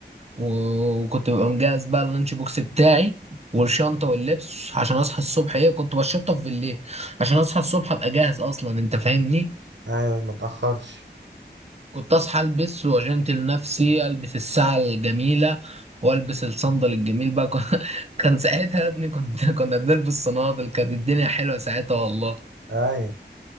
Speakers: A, on the right; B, on the right.
A: و- وكنت ببقى مجهز بقى اللانش بوكس بتاعي والشنطه واللبس عشان اصحى الصبح ايه كنت بشطف بالليل عشان اصحى الصبح ابقى جاهز اصلا انت فاهمني
B: أيوة ما تأخرش
A: كنت اصحى البس واجنتل نفسي البس الساعه الجميله والبس الصندل الجميل بقى <laughs> كان ساعتها يا ابني كنت كنا بنلبس صنادل كانت الدنيا حلوه ساعتها والله
B: اي